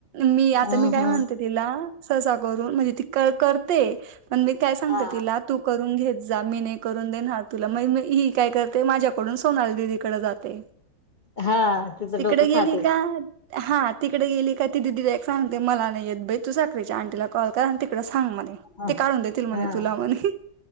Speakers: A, on the right; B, on the left.
A: मी आता
B: हम्म
A: मी काय म्हणते तिला ससा करून म्हणजे ती कर करते. पण मी काय सांगत
B: हा
A: तिला तू करून घेत जा मी नाही करून देणार तुला मग मी ही काय कर ते माझ्याकडून सोनाली दिदीकडे जाते.
B: हा तिचं
A: तिकडे
B: डोकं
A: गेली
B: खाते.
A: का हा तिकडे गेली का ती दिदी त्याक सांगते मला नाही येत बाई तू साखरायच्या आणंटीला कॉल करा आणि तिकड सांग म्हणे
B: ह
A: ते काढून देतील म्हणे
B: हा
A: तुला म्हणे,